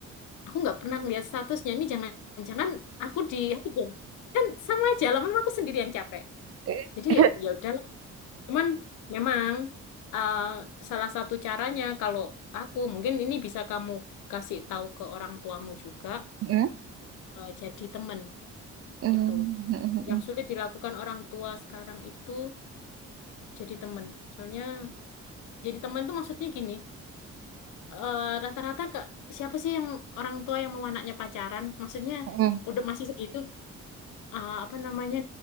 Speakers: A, on the left; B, on the right.
A: aku nggak pernah ngeliat statusnya. Ini jangan-jangan aku di hidden. Kan sama aja, lama-lama aku sendiri yang capek.
B: <laughs>
A: Jadi ya ya udah, cuman memang uh, salah satu caranya kalau aku mungkin ini bisa kamu kasih tahu ke orang tuamu juga
B: Hmm.
A: eh, jadi teman
B: Hmm.
A: itu.
B: Hmm.
A: Yang sulit dilakukan orang tua sekarang itu jadi teman. Soalnya jadi teman itu maksudnya gini, eh, rata-rata kak siapa sih yang orang tua yang mau anaknya pacaran? Maksudnya
B: Hmm.
A: udah masih segitu eh, apa namanya